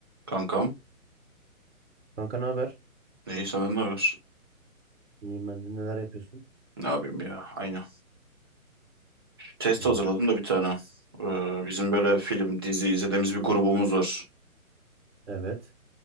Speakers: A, on the right; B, on the right.
A: Kankam.
B: Kanka ne haber?
A: İyi senden ne haber?
B: İyiyim ben de. Neler yapıyorsun?
A: Ne yapayım ya? Aynen. Test
B: Hmm,
A: hazırladım da bir tane. Ee, bizim böyle film, dizi izlediğimiz bir grubumuz var.
B: Evet.